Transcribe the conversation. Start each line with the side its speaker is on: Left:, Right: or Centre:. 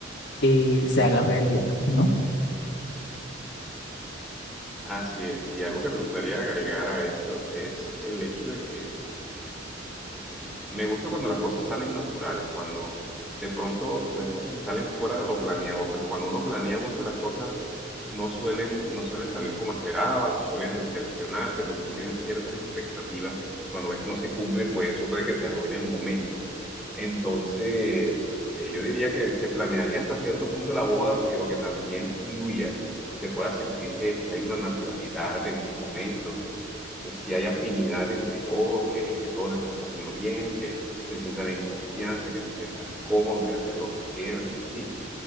Left: eh, se haga realidad, ¿no?
Centre: Así es. Y algo que me gustaría agregar a esto es el hecho de que eh, me gusta cuando las cosas salen naturales, cuando de pronto las cosas se salen fuera de lo planeado, porque cuando uno planea mucho las cosas no suelen, no suelen salir como esperabas o suelen decepcionarte porque tú tienes ciertas expectativas y cuando ves que no se cumplen, pues eso puede que te arruine el momento. Entonces, eh, yo diría que se planearía hasta cierto punto la boda, pero que también fluya, que se pueda sentir que, que hay una naturalidad en ese momento, que sí hay afinidad entre todos, que, que todos la están pasando bien, que se sientan en confianza, que se sientan cómodos de hacer lo que quieran y así.